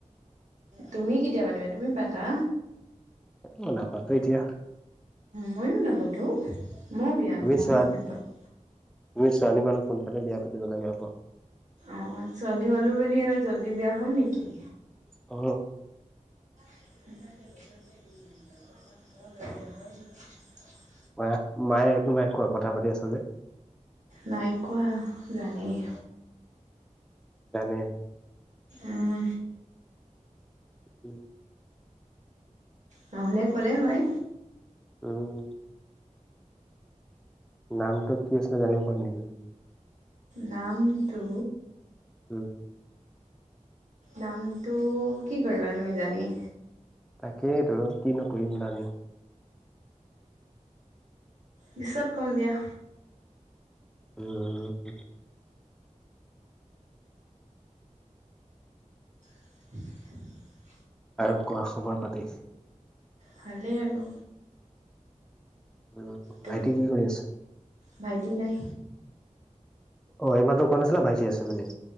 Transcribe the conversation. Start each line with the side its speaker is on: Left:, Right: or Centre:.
Right: তুমি কেতিয়া পাতিবা তুমি পাতা
Centre: মান পাত এতিয়া
Right: ময়ো নাপাতো মই বিয়া
Centre: তুমি
Right: নহয়
Centre: চোৱা
Right: নাপাতো।
Centre: তুমি ছোৱালী মানুহ সোনকালে বিয়া পাতিব লাগে আক
Right: অ' ছোৱালী হ'লো বুলি আৰু জলদি বিয়া হ'ম নেকি
Centre: উ,
Right: গ
Centre: মা মায়ে একো নাই কোৱা, কথা পাতি আছা যে?
Right: নাইকোৱা, জানেই।
Centre: জানে।
Right: উম।
Centre: উম।
Right: নহ'লে ক'লে হয়।
Centre: উম। নামটো কি আছিল, জানিব পাৰিম নেকি?
Right: নামটো
Centre: উম,
Right: দামটো কি কৰিবা তুমি জানি
Centre: তাকেই ধৰ কি নকুৰিম জানি।
Right: পিচত কম দিয়া।
Centre: <inaudible>
Right: <inaudible>
Centre: আৰু কোৱা খবৰ পাতি।
Right: ভালে আৰু
Centre: উ
Right: তো
Centre: ভাইটি কি কৰি আছে?
Right: ভাইটি নাই।
Centre: অ' এইমাত্ৰ কোৱা নাছিলে ভাইটি আছে বুলি।